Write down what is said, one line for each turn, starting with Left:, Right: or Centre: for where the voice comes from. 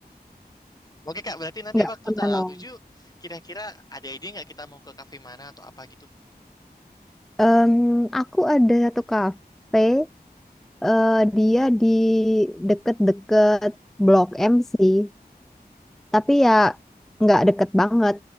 Left: Oke, Kak. Berarti nanti
Centre: Nggak
Left: waktu
Centre: pernah
Left: tanggal
Centre: nong.
Left: 7, kira-kira ada ide nggak kita mau ke kafe mana atau apa gitu?
Centre: Em, Aku ada satu kafe, eh, dia di deket-deket Blok M sih. tapi ya nggak deket banget